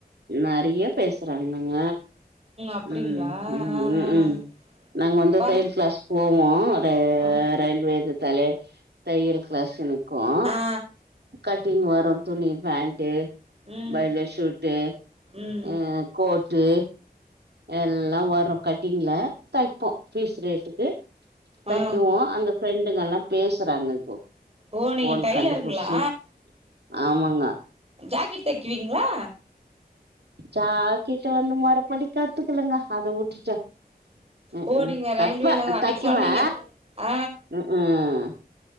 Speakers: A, on the right (about 85°); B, on the right (about 40°).
A: நிறையா பேசுறாங்கங்க
B: அப்டிங்களா
A: ம் ம்
B: ஆ ஆ
A: <inaudible>
B: ஆ
A: ம் நாங்க வந்த
B: பாரு
A: தையல் கிளாஸ் போவோ ர
B: ஆ
A: ரயில்வே இது தலே தையல் கிளாஸ்ஸு இருக்கும்
B: ஆ
A: கட்டிங் வரு துணி பேண்ட்டு
B: ம்
A: பயல ஷூட் எ
B: ம்
A: அ கோட்டு எல்லா வரு கட்டிங்ல தைப்போ பீஸ் ரேட்டுக்கு தைக்குவோ
B: ஆ
A: அந்த ஃப்ரெண்டுங்க எல்லா பேசுறாங்க இப்போ
B: ஓ நீங்க
A: ஃபோன்
B: டைலருங்ளா
A: கண்டுபுடிச்சு ஆமாங்க
B: ஜாக்கிட் தெக்குவீங்ளா
A: ஜாக்கிட் வந்து மொறப்படி கத்துக்லங்க அத உட்டுட்டே ம்
B: ஓ
A: ம்
B: நீங்க ரயில்வேல
A: தெப்பே
B: அன்னைக்கு
A: தெக்குவே
B: சொன்னீங்க ஆ
A: ம் ம்